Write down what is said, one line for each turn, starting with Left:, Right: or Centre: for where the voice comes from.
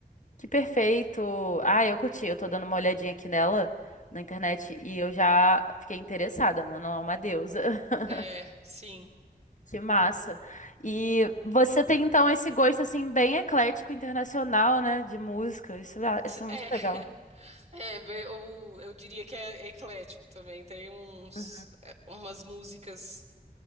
Left: que perfeito. Ah, eu curti. Eu tô dando uma olhadinha aqui nela na internet e eu já fiquei interessada. Ela Não é uma deusa. <laughs>
Right: É, sim.
Left: Que massa. E você tem então esse gosto assim bem eclético internacional, né, de música. Isso, é- isso é
Right: É,
Left: muito legal.
Right: <laughs> é, be- eu, eu diria que é eclético também. Tem uns,
Left: Uhum.
Right: é, umas músicas